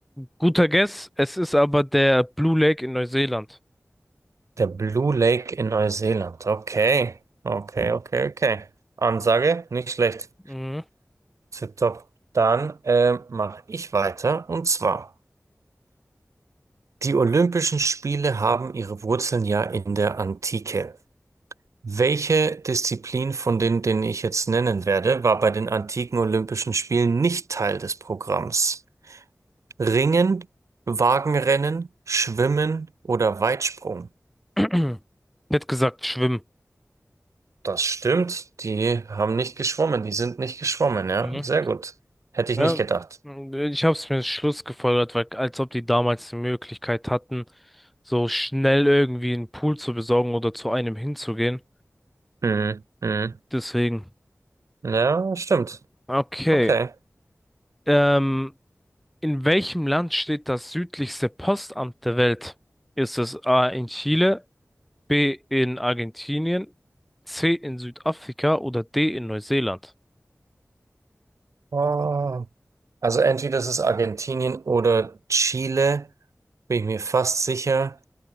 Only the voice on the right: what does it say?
Der Blue Lake in Neuseeland. Okay. Okay, okay, okay. Ansage, nicht schlecht.
Tipptopp. Dann äh, mache ich weiter. Und zwar. Die Olympischen Spiele haben ihre Wurzeln ja in der Antike. Welche Disziplin von denen, denen ich jetzt nennen werde, war bei den antiken Olympischen Spielen nicht Teil des Programms? Ringen, Wagenrennen, Schwimmen oder Weitsprung?
Das stimmt, die haben nicht geschwommen, die sind nicht geschwommen, ja,
sehr gut. Hätte ich
nicht gedacht.
Mhm. Mhm.
Ja, stimmt.
Okay.
Ah. Also entweder ist es Argentinien oder Chile, bin ich mir fast sicher.